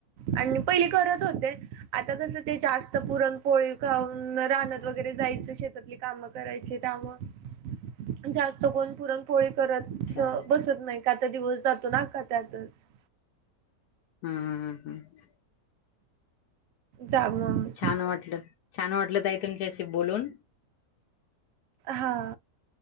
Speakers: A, on the right (about 70°); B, on the left (about 85°).
A: आणि पहिले करत होते आता कस ते जास्त पुरण पोळी खाऊन रानात वगैरे जायच शेतातली काम कराय त्यामुळे जास्त कोण पुरणपोळी करत
B: अच्छा हम्म
A: बसत नाही. का तर दिवस जातो ना अख्खा त्यातच
B: हम् हम हम हम्
A: जा म
B: छान वाटलं छान वाटलं ताई तुमच्याशी बोलून
A: हां